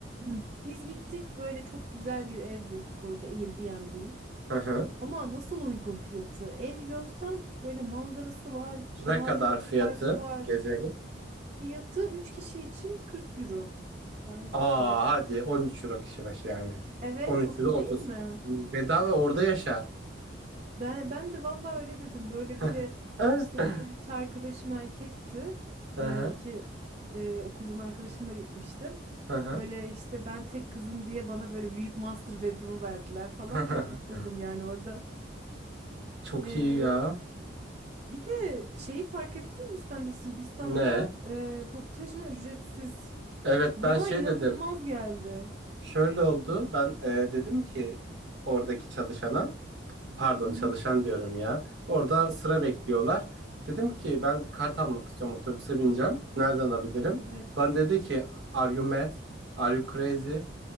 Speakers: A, on the right; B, on the right.
A: <clears throat> Biz gittik böyle çok güzel bir ev bulduk orada Airbnb.
B: Hı hı.
A: Ama nasıl uygun fiyatı? Ev görsen böyle manzarası var, şahane
B: Ne kadar
A: otoparkı
B: fiyatı
A: var.
B: gezelik?
A: Fiyatı 3 kişi için 40 euro. Bence çok
B: Aa
A: iyiydi.
B: hadi 13 euro kişi başı yani.
A: Evet,
B: 13
A: çok
B: euro
A: iyi
B: 30.
A: değil mi?
B: Bedava orada yaşa.
A: Ben, ben de vallahi öyle dedim. Böyle
B: <laughs>
A: bir de işte
B: Hı
A: diğer iki arkadaşım erkekti.
B: hı
A: Ee, iki e, okuldan arkadaşımla gitmiştim.
B: hı
A: Böyle işte ben tek kızım diye bana böyle büyük master bedroom'u verdiler falan.
B: hı.
A: Çok mutluydum
B: <laughs>
A: yani orada.
B: Çok
A: Ee,
B: iyi ya.
A: bir de şeyi fark ettin mi sen de Sırbistan'da
B: Ne?
A: e, toplu taşıma ücretsiz.
B: Evet
A: Bu
B: ben
A: bana
B: şey
A: inanılmaz
B: dedim.
A: geldi.
B: Şöyle oldu. Ben e, dedim ki oradaki çalışana. Pardon
A: Hı hı.
B: çalışan diyorum ya. Orada sıra bekliyorlar. Dedim ki ben kart almak istiyorum otobüse bineceğim. Nereden alabilirim?
A: Evet.
B: Bana dedi ki Are you mad? Are you crazy?